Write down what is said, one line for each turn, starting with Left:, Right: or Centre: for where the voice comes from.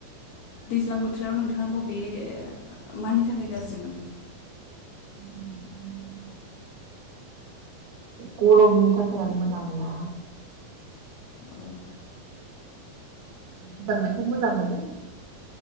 Left: दैज्लां बोथोर राव नोंथाङा बबे मानि थाखाय गाज्रि मोनो?
Right: <unintelligible> गरमनि थाखाय आं मोजां मोना
Left: अ
Right: गोजांनायखौ मोजां मोनो।